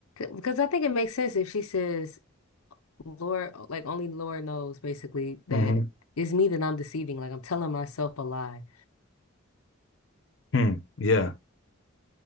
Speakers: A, on the left; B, on the left.
A: because I think it makes sense if she says, "Lord, like only Lord knows," basically that
B: hmm
A: it's me that I'm deceiving. Like I'm telling myself a lie.
B: Hmm. Yeah.